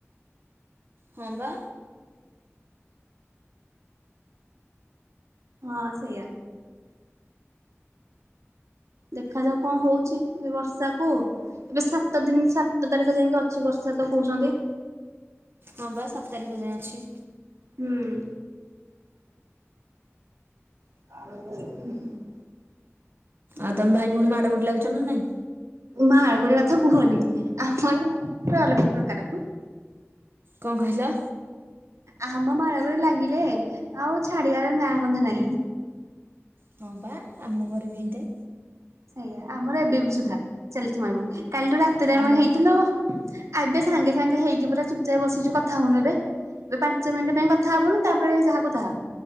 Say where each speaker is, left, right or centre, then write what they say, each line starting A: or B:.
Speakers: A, on the right; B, on the right.
A: ହଁ ବା।
B: ହଁ ସେଇଆ। ଦେଖାଯାଉ କଣ ହଉଛି ଏ ବର୍ଷାକୁ ଏବେ ସାତ ଦିନ ସାତ ତାରିଖ ଯାଇକି ଅଛି ବର୍ଷା ତ କହୁଛନ୍ତି।
A: ହଁ ବା ସାତ ତାରିଖ ଯାଏଁ ଅଛି।
B: ହୁଁ ଉଁ। <unintelligible>
A: ଆଉ ତମେ ଭାଇ ଭଉଣୀ ମାଡ ଗୋଡ଼ ଲାଗୁଛ ନା ନାଇଁ?
B: ମାଡ଼ ଗୋଳି କଥା କୁହନି <unintelligible> ଅଲଗା ପ୍ରକାର
A: କଣ କହିଲ?
B: ଆମ ମାଳଗୋଳ ଲାଗିଲେ ଆଉ ଛାଡିବାର ନାଁ ଗନ୍ଧ ନାହିଁ।
A: ହଁ ପା ଆମ ଘରେ ବି ଏନ୍ତେ
B: ସେଇଆା ଆମର ଏବେ ବି ସୁଧା ଚାଲିଛି ମାଡ଼ଗୋଳ କାଲିଠୁ ରାତିରେ ଆମେ
A: ଆମର
B: ହେଇଥିଲୁ। ଏବେ ସାଙ୍ଗେ ସାଙ୍ଗେ ହେଇକି ପୁରା ଚୁପ୍ ଚାପ ବସିଛୁ କଥା ହଉନୁ ଏବେ। ଏବେ ପାଞ୍ଚ ମିନିଟ ପାଇଁ କଥା ହବୁନୁ ତାପରେ ଯାହାକୁ ତାହା